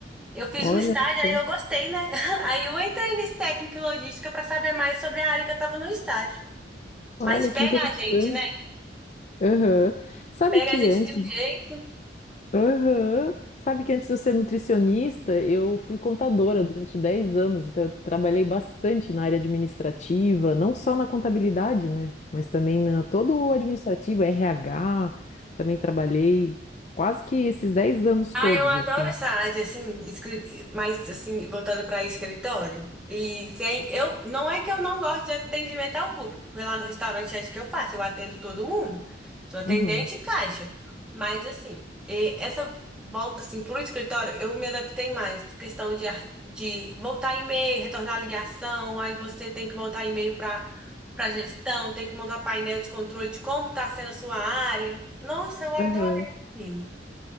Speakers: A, in the centre; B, on the left.
A: Eu fiz
B: Olha
A: um estágio,
B: só.
A: aí eu gostei, né? <laughs> Aí eu entrei nesse técnico em logística para saber mais sobre a área que eu estava no estágio.
B: Olha
A: Mas pega
B: que interessante.
A: a gente, né?
B: Aham. Sabe
A: Pega
B: que
A: a gente
B: antes
A: de um jeito.
B: Aham. Sabe que antes de eu ser nutricionista, eu fui contadora durante 10 anos, então eu trabalhei bastante na área administrativa, não só na contabilidade, né? Mas também na todo o administrativo, RH, também trabalhei quase que esses 10 anos
A: Ah,
B: todos,
A: eu adoro
B: assim.
A: essa área, assim, escri- mais, assim, voltada para escritório. E sem, eu, não é que eu não gosto de atendimento ao público, porque lá no restaurante é isso que eu faço, eu atendo todo mundo. Sou atendente
B: Uhum.
A: e caixa. Mas, assim, e essa volta, assim, pro escritório, eu me adaptei mais. Questão de, ar- de voltar e-mail, retornar ligação, aí você tem que montar e-mail para para gestão, tem que montar painel de controle de como tá sendo a sua área. Nossa, eu adorei,
B: Aham.
A: menino.